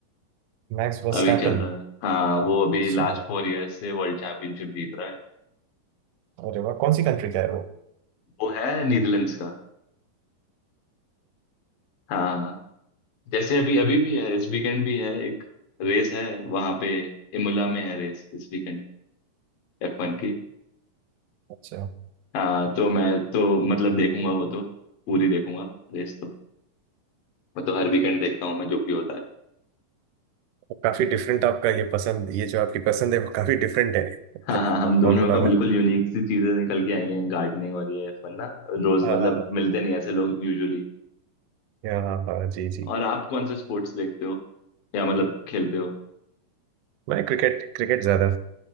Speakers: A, on the right (about 80°); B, on the left (about 85°).
A: Max Verstappen
B: अभी चल रहा है हाँ वो अभी
A: अच्छा
B: लास्ट फोर इयर्स से वर्ल्ड चैंपियनशिप जीत रहा है
A: अरे वाह कौन सी कंट्री का है वो
B: वो है नीदरलैंड्स का हाँ जैसे अभी अभी भी है इस वीकेंड भी है एक रेस है वहां पे इमोला में है रेस इस वीकेंड एफ वन की।
A: अच्छा
B: हाँ तो मैं तो मतलब देखूंगा वो तो पूरी देखूंगा रेस तो मैं तो हर वीकेंड देखता हूँ मैं जो भी होता है
A: काफी डिफरेंट आपका ये पसंद ये जो आपकी पसंद है वो काफी डिफरेंट है
B: हाँ हाँ हम दोनों
A: Formula
B: का बिल्कुल
A: one
B: यूनिक सी चीजें निकल के आई हैं गार्डनिंग और ये F1 ना रोज
A: <laughs>
B: मतलब मिलते नहीं ऐसे लोग यूजुअली
A: या हाँ हाँ, जी जी
B: और आप कौन से स्पोर्ट्स देखते हो या मतलब खेलते हो
A: मैं क्रिकेट क्रिकेट ज्यादा